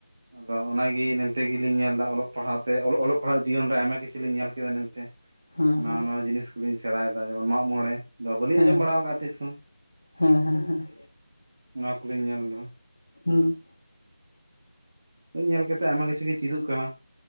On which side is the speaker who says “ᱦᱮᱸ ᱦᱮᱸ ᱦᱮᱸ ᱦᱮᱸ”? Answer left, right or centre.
Left